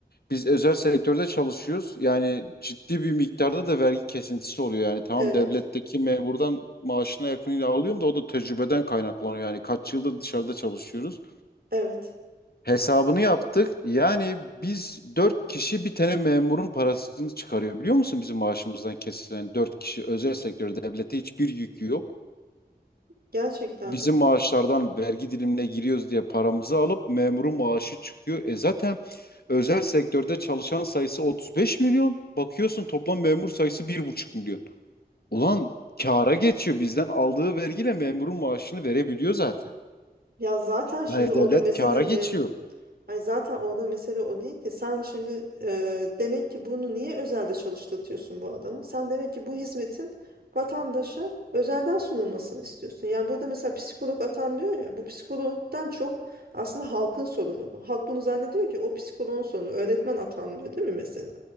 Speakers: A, on the left; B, on the right.
A: biz özel sektörde çalışıyoruz yani ciddi bir miktarda da vergi kesintisi oluyor yani tamam
B: Evet.
A: devletteki memurdan maaşına yakınıyla alıyorum da o da tecrübeden kaynaklanıyor yani kaç yıldır dışarıda çalışıyoruz
B: Evet.
A: hesabını yaptık yani biz dört kişi bir tane memurun parasını çıkarıyor biliyor musun bizim maaşımızdan kesilen dört kişi özel sektörde devlete hiçbir yükü yok
B: Gerçekten
A: bizim
B: mi?
A: maaşlardan vergi dilimine giriyoruz diye paramızı alıp memurun maaşı çıkıyor. E zaten özel sektörde çalışan sayısı 35 milyon. Bakıyorsun toplam memur sayısı bir buçuk milyon. Ulan kâra geçiyor. Bizden aldığı vergiyle memurun maaşını verebiliyor zaten.
B: Ya zaten şimdi
A: Yani
B: orada
A: devlet
B: mesele
A: kâra
B: mem
A: geçiyor.
B: Ay zaten orada mesele o değil ki. Sen şimdi e, demek ki bunu niye özelde çalıştırtıyorsun bu adamı? Sen demek ki bu hizmetin vatandaşa özelden sunulmasını istiyorsun. Yani burada mesela psikolog atanıyor ya. Bu psikologdan çok aslında halkın sorunu bu. Halk bunu zannediyor ki o psikoloğun sorunu. Öğretmen atanmıyor değil mi mesela?